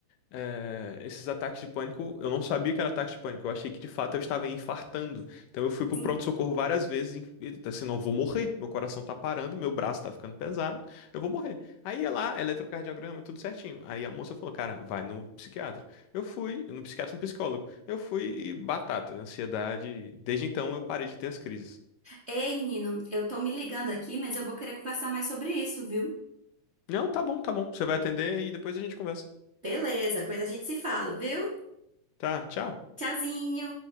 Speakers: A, on the left; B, on the right.
A: é, esses ataques de pânico, eu não sabia que era ataque de pânico, eu achei que de fato eu estava infartando. Então eu fui pro
B: Sim.
A: pronto-socorro várias vezes, em- e, tipo assim, não, eu vou morrer, meu coração tá parando, meu braço tá ficando pesado, eu vou morrer. Aí ia lá, eletrocardiograma, tudo certinho. Aí a moça falou, cara, vai no psiquiatra. Eu fui, no psiquiatra, no psicólogo. Eu fui e batata, ansiedade. Desde então eu parei de ter as crises.
B: Ei, menino, eu tô me ligando aqui, mas eu vou querer conversar mais sobre isso, viu?
A: Não, tá bom, tá bom, você vai atender e depois a gente conversa.
B: Beleza, pois a gente se fala, viu?
A: Tá, tchau.
B: Tchauzinho!